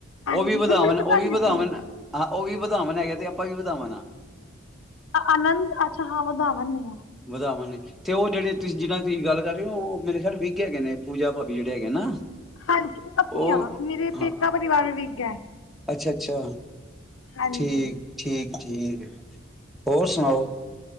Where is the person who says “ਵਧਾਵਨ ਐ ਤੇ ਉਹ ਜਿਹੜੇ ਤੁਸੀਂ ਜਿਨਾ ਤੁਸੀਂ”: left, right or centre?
Centre